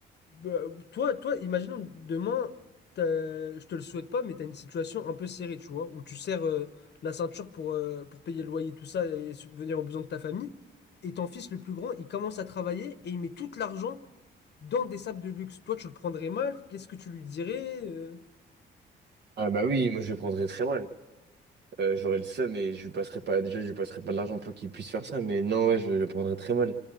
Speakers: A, on the left (about 60°); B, on the right (about 60°).
A: bah, toi, toi, imaginons demain, t'as- je te le souhaite pas, mais tu as une situation un peu serrée, tu vois, où tu serres euh, la ceinture pour, euh, pour payer le loyer, tout ça, et subvenir aux besoins de ta famille. Et ton fils le plus grand, il commence à travailler et il met tout l'argent dans des sables de luxe. Toi, tu le prendrais mal? Qu'est-ce que tu lui dirais? euh
B: Ah bah oui, moi je le prendrais très mal. Euh, j'aurais le seum et je lui passerais pas, déjà je lui passerais pas de l'argent pour qu'il puisse faire ça, mais non, ouais, je le prendrais très mal.